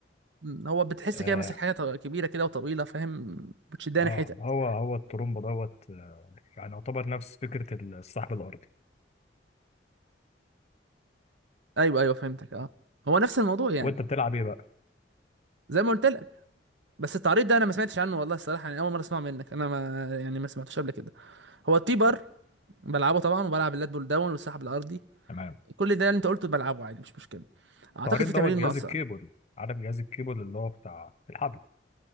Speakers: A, on the right; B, on the left.
A: مم، هو بتحس
B: اه
A: كده ماسك حاجه طو- كبيره كده وطويله فاهم بتشدها
B: اه
A: ناحيتك
B: هو هو الترومبا دوت آه، يعني يعتبر نفس فكره السحب الارضي
A: ايوه ايوه فهمتك اه هو نفس الموضوع يعني
B: وانت بتلعب ايه بقى
A: زي ما قلت لك بس التعريض ده انا ما سمعتش عنه والله الصراحه يعني اول مره اسمع منك انا ما يعني ما سمعتوش قبل كده هو التي بار بلعبه طبعا وبلعب اللات بول داون والسحب الارضي
B: تمام
A: كل ده اللي انت قلته بلعبه عادي مش مشكله اعتقد
B: تعريض
A: في
B: دوت
A: تمارين
B: جهاز
A: ناقصه
B: الكيبل عارف جهاز الكيبل اللي هو بتاع الحبل